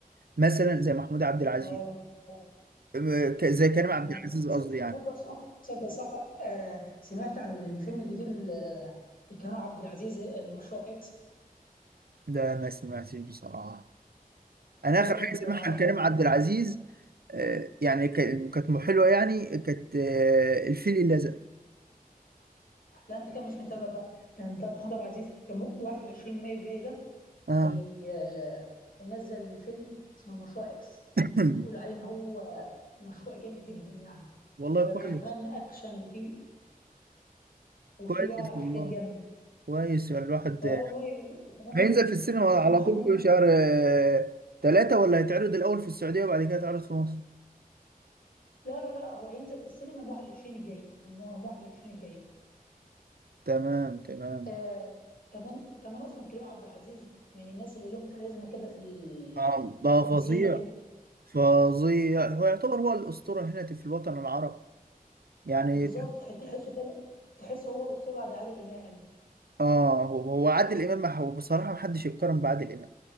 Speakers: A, on the right; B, on the left.
A: مثلا زي محمود عبد العزيز
B: اه صح
A: أم، ك- زي كريم
B: تمام
A: عبد العزيز
B: س-
A: قصدي يعني
B: تصدق صح تصدق صح آه سمعت عن الفيلم الجديد ل- لكريم عبد العزيز المشروع إكس
A: ده ما سمعتش بصراحة أنا
B: لا
A: آخر
B: ده
A: حاجة
B: انت
A: سمعها لكريم
B: ده انت
A: عبد العزيز آه، يعني ك- كانت م- حلوة يعني كانت آه، الفيل الأزرق
B: لا انت كده مش متابع بقى ده انت محمود عبد العزيز يوم 21 مايو جاي ده
A: آه
B: هي هينزل فيلم اسمه مشروع اكس
A: <clears throat>
B: بيقولوا عليه ان هو مشروع جامد جدا يعني
A: والله
B: وكمان
A: كويس
B: اكشن وفي وفي
A: كويس
B: بقى
A: والله
B: حاجات جامده
A: كويس يعني الواحد
B: اه
A: آه،
B: والله و- وكمان
A: هينزل في السينما
B: مح-
A: على
B: محمود
A: طول في شهر آه، ثلاثة ولا هيتعرض الأول في السعودية وبعد كده يتعرض في مصر
B: لا لا لا هو هينزل في السينما يوم 21 الجاي يوم 21 الجاي
A: تمام تمام
B: آه كمان كمان اصلا كريم عبد العزيز من الناس اللي لهم كاريزما كده في ال-
A: آه، ده
B: في التمثيل
A: فظيع
B: وكده
A: فظيع هو يعتبر هو الأسطورة هنا في الوطن العربي يعني
B: بالظبط تح- تحسه فعلا تحسه هو الاسطوره بعد عادل امام
A: اه هو هو عادل إمام ما هو بصراحة ما حدش يتقارن بعادل إمام